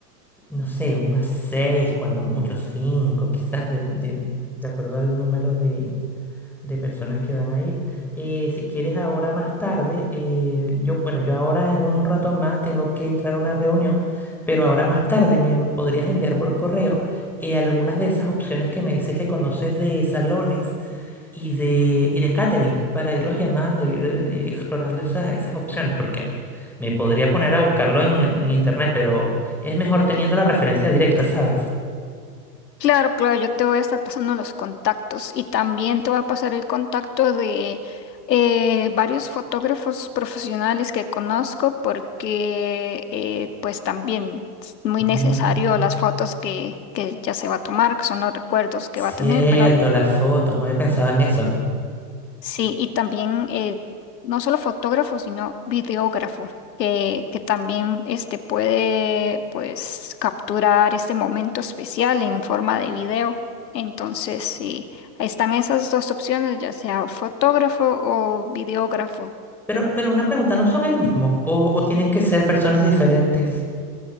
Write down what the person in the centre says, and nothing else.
no sé, unas seis, cuando mucho, cinco, quizás, de, de- de acuerdo al número de, de personas que van a ir. Eh, si quieres ahora más tarde, eh, yo, bueno, yo ahora en un rato más tengo que entrar a una reunión, pero ahora más tarde me podrías enviar por correo eh, algunas de esas opciones que me dices que conoces de salones y de, y de catering para irlos llamando, ir eh, explorando esas, esas opciones, porque me podría poner a buscarlo en, en internet, pero es mejor teniendo la referencia directa, ¿sabes?
Mm,
cierto,
las fotos, no había pensado en eso.
Pero, pero una pregunta, ¿no son el mismo? ¿O, o tienen que ser personas diferentes?